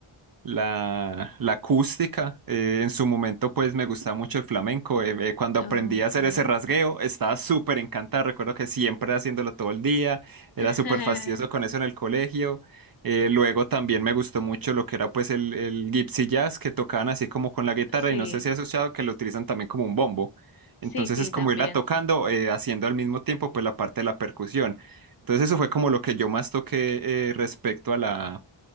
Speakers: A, on the right; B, on the left.
A: la, la acústica. Eh, en su momento, pues me gustaba mucho el flamenco. Eh, eh, cuando aprendí
B: okay.
A: a hacer ese rasgueo, estaba súper encantado. Recuerdo que siempre haciéndolo todo el día, era
B: <laughs>
A: súper fastidioso con eso en el colegio. Eh, luego también me gustó mucho lo que era pues el, el gypsy jazz que tocaban así como con la guitarra
B: Sí,
A: y no sé si has asociado que lo utilizan también como un bombo. Entonces
B: sí, sí,
A: es como
B: también.
A: irla tocando, eh, haciendo al mismo tiempo pues la parte de la percusión. Entonces eso fue como lo que yo más toqué eh, respecto a la,